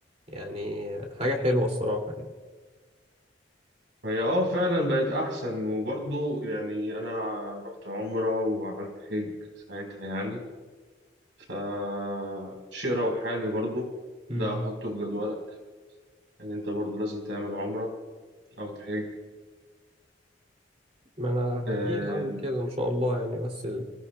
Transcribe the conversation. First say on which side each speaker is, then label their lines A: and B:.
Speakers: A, on the right; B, on the right.
A: يعني حاجة حلوة الصراحة يعني
B: هي اه فعلا بقت أحسن وبرضه يعني أنا رحت عمرة وعملت حج ساعتها يعني فشيء روحاني برضو ده
A: امم
B: أحطه في جدولك إن أنت برضو لازم تعمل عمرة أو تحج
A: ما انا
B: آه,
A: اكيد هعمل كده ان شاء الله يعني بس ال...